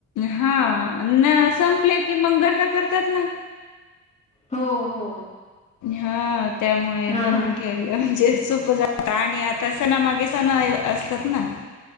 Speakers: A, on the left (about 75°); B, on the left (about 20°).
A: हा न संपले की मंग करतात ना.
B: हो हो.
A: हा त्यामुळे
B: हा
A: बनून
B: हा.
A: ठेवलं म्हणजे सोप जात. आणि आता सणामागे सण असतात ना.